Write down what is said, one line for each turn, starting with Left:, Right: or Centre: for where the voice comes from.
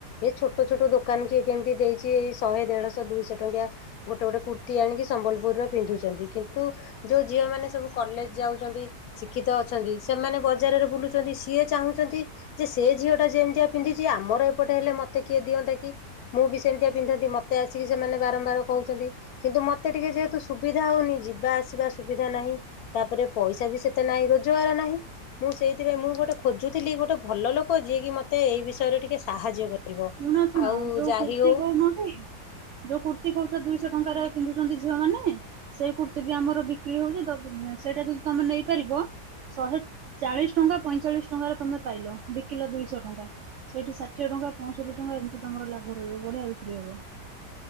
Left: ଏ ଛୋଟ ଛୋଟ ଦୋକାନ କିଏ କେମିତି ଦେଇଚି ଏଇ ଶହେ ଦେଢଶହ ଦୁଇଶହ ଟଙ୍କିଆ ଗୋଟେ ଗୋଟେ କୁର୍ତ୍ତି ଆଣିକି ସମ୍ବଲପୁରୀର ପିନ୍ଧୁଚନ୍ତି କିନ୍ତୁ ଯୋଉ ଝିଅମାନେ ସବୁ କଲେଜ ଯାଉଚନ୍ତି ଶିକ୍ଷିତ ଅଛନ୍ତି ସେମାନେ ବଜାରରେ ବୁଲୁଚନ୍ତି ସିଏ ଚାହୁଁଚନ୍ତି ଯେ ସେ ଝିଅଟା ଯେମିତିଆ ପିନ୍ଧିଚି ଆମର ଏପଟେ ହେଲେ ମତେ କିଏ ଦିଅନ୍ତା କି? ମୁଁ ବି ସେମିତିଆ ପିନ୍ଧନ୍ତି ମୋତେ ଆସିକି ସେମାନେ ବାରମ୍ବାର କହୁଚନ୍ତି କିନ୍ତୁ ମତେ ଟିକେ ଯେହେତୁ ସୁବିଧା ହଉନି ଯିବା ଆସିବା ସୁବିଧା ନାହିଁ ତାପରେ ପଇସା ବି ସେତେ ନାହିଁ ରୋଜଗାର ନାହିଁ। ମୁଁ ସେଇଥିପାଇଁ ମୁଁ ଗୋଟେ ଖୋଜୁଥିଲି ଗୋଟେ ଭଲଲୋକ ଯିଏ କି ମତେ ଏଇ ବିଷୟରେ ଟିକେ ସାହାଯ୍ୟ କରିବ।
Right: ଶୁଣ ଶୁଣ
Left: ଆଉ
Right: ଯୋଉ
Left: ଯାହି
Right: କୁର୍ତ୍ତୀ
Left: ହଉ
Right: କହୁ ନକି ଯୋଉ କୁର୍ତ୍ତୀ କହୁଚ ଦୁଇଶହ ଟଙ୍କାରେ ପିନ୍ଧୁଚନ୍ତି ଝିଅ ମାନେ- ସେଇ କୁର୍ତ୍ତିୀ ବି ଆମର ବିକ୍ରି ହଉଚି ସେଇଟା ଯଦି ତମେ ନେଇପାରିବ? ଶହେ ଚାଳିଶି ଟଙ୍କା ପଇଁଚାଳିଶି ଟଙ୍କାର ତମେ ପାଇଲ ବିକିଲ ଦୁଇଶହ ଟଙ୍କା। ସେଇଠି ଷାଠିଏ ଟଙ୍କା ପଞ୍ଚଷଠି ଟଙ୍କା ଏମିତି ତମର ଲାଭ ରହିବ ବଢିଆ ବିକ୍ରି ହବ।